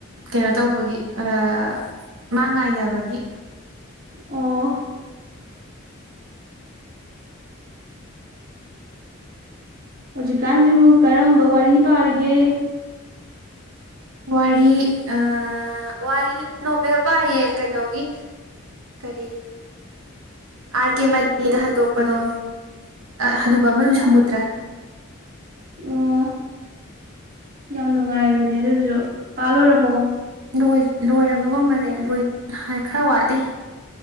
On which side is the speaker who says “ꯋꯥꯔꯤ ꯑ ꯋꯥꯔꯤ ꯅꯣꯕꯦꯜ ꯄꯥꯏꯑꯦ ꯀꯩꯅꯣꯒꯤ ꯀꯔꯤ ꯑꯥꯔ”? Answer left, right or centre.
Right